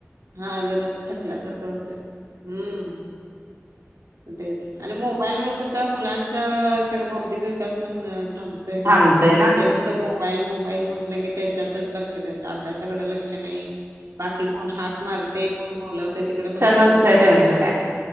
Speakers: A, on the right; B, on the right.
A: हा जरा थकल्यासारखं होतंय हम्म तेच आणि मोबाईल मूळ कस मुलांच सगळं बौद्धिक विकास पण थांब
B: थांबतय
A: आणि ते नुसतं मोबाईल मोबाईल म्हटलं की त्याच्यातच लक्ष त्यांचं अभ्यासाकड लक्ष नाही बाकी कोण हाक मारतय कोण बोलावतय तिकड पण लक्ष
B: नसतंय
A: नसतय
B: त्यांचं
A: त्यांच
B: काय